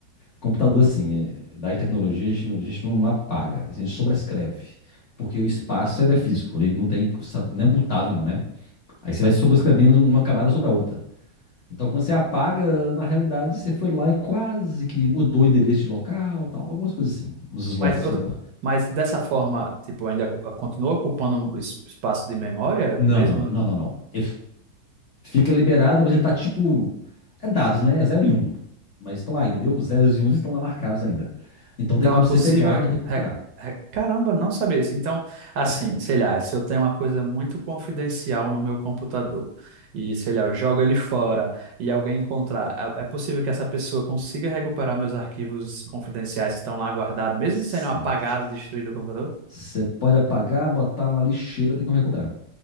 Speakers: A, on the left; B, on the right.
A: Computador, assim, é, idade tecnologia, a gente, não- a gente não, não apaga, a gente sobrescreve. Porque o espaço ele é físico, ele não tem, não é mutável, não, né? Aí você vai sobrescrevendo uma camada sobre a outra. Então, quando você apaga, na realidade, você foi lá e quase que mudou o endereço de local, tal, algumas coisas assim, uns slots
B: Mas, eu-
A: lá.
B: mas dessa forma, tipo, ainda co- continua ocupando um es- espaço de memória,
A: Não,
B: mesmo
A: não, não, não, não. Ele fica liberado, mas ele tá tipo. É dados, né? É 0 e um. Mas estão lá ainda, entendeu? Os zeros e uns estão lá marcados ainda. Então
B: Então
A: tem como
B: é possível.
A: você pegar e recuperar.
B: re- re- Caramba, não sabia isso. Então, assim,
A: Sério.
B: sei lá, se eu tenho uma coisa muito confidencial no meu computador e, sei lá, eu jogo ele fora e alguém encontrar, é é possível que essa pessoa consiga recuperar meus arquivos confidenciais que estão lá guardados, mesmo
A: Sim.
B: sendo apagado, destruído o computador?
A: Você pode apagar, botar na lixeira, tem como recuperar.